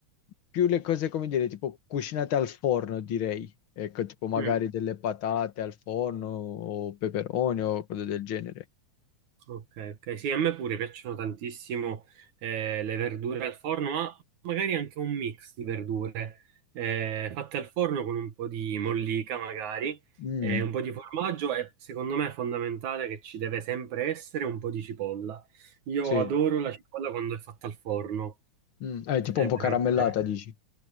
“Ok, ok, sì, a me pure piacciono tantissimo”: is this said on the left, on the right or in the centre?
Right